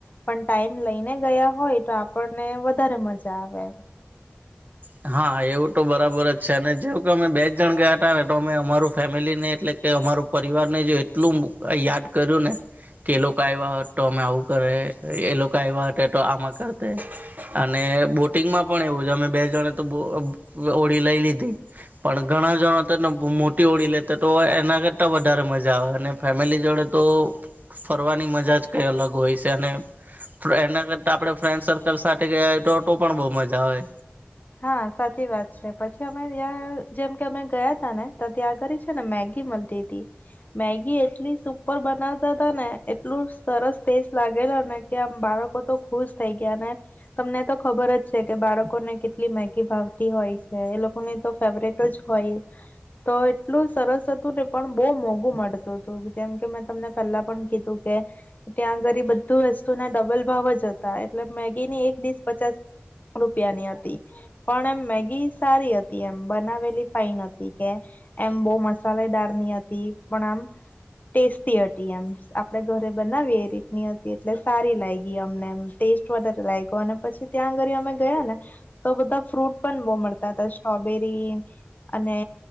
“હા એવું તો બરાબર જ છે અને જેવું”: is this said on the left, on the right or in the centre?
Right